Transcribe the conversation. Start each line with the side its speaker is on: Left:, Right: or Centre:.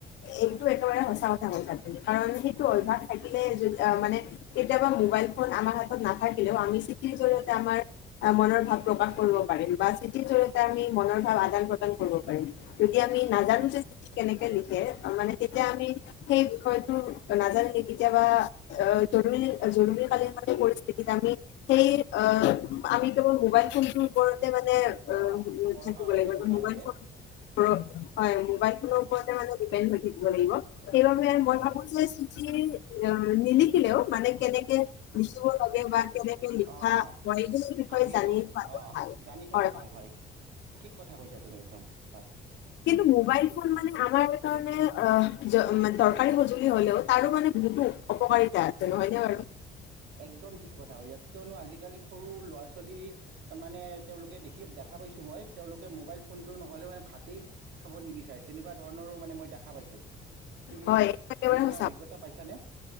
Left: এইটো একেবাৰে সঁচা কথা কথাটো কাৰণ সেইটো অভ্যাস থাকিলে মানে কেতিয়াবা মোবাইল ফোন আমাৰ হাতত নাথাকিলেও আমি। স জৰিয়তে
Right: হয়
Left: আমাৰ। মনৰ ভাৱ প্ৰকাশ কৰিব পাৰিম বা চিঠিৰ জডৰিয়তে আমি মনৰ ভাৱ আদান প্ৰদান কৰিব পাৰিম যদি আমি নাজানো যে চিঠ কেনে। লিখে মানে। তেতিয়া আমি সেই বিষয়ত <unintelligible> নাজানাকে কেতিয়াবা <unintelligible> জৰুৰী-জৰুৰী কালীন সেই পৰিস্থিতিত আমি সেই অ - আমি কেৱল মোবাইল ফোনটোৰ ওপৰত তে মানে অ <unintelligible>
Right: অঁ ভৰসা হৈ
Left: লাগিব
Right: থাকিব নালাগে
Left: মোবাইল ফোনটো <unintelligible> হয় মোবাইল ফোনৰ।
Right: হয়
Left: তাতে মানে ডিপেণ্ড হৈ থাকিব লাগিব। সেইবাবে
Right: হয়
Left: মই
Right: হয়
Left: ভাবো যে <unintelligible> নিলি খিলেও মানে কেনেকে লিখিব লাগে বা কেনেকে লিখা
Right: অঁ অঁ
Left: হয় <unintelligible> বিষয়ে
Right: আৰ্হিটো
Left: জানি থোৱাতটো
Right: অঁ
Left: ভাল।
Right: জানি থোৱাটো
Left: হয় হয়।
Right: ভাল ঠিক কথা কৈছা তুমি। দম হয়।
Left: কিন্ত মবাইল ফোন মানে আমাৰ কাৰণে অ - জ - মানে দৰকাৰী সঁজুলি হলেও তাৰো মানে বহুতো অপকাৰিতা আছে নহয় নে বাৰু?
Right: একদম ঠিক কথা কৈছা কিয়নো আজিকালি সৰু ল'ৰা ছোৱালী মানে তেওঁলোকে দেখি - দেখা পাইছো মই তেওঁলোকে মোবাইল ফোনতটো নহলে মানে ভাতেই খাব নিবিচাৰে, তেনেকুৱা ধৰণৰো মানে মই দেখা পাইছো। তুমি
Left: হয় একেবাৰে
Right: এনেকুৱা
Left: সঁচা
Right: অভিজ্ঞতা পাইছানে?